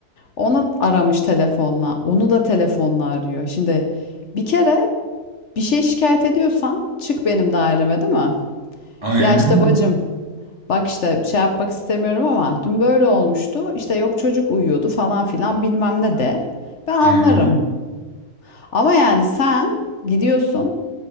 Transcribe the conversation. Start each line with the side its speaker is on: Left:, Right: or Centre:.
Left: Ona aramış telefonla. Onu da telefonla arıyor. Şimdi bir kere bir şey şikayet ediyorsan çık benim daireme değil mi?
Right: Aynen
Left: Ya işte
Right: öyle.
Left: bacım bak işte şey yapmak istemiyorum ama dün böyle olmuştu. İşte yok çocuk uyuyordu falan filan bilmem ne de. Ben
Right: Aynen
Left: anlarım.
Right: öyle.
Left: Ama yani sen gidiyorsun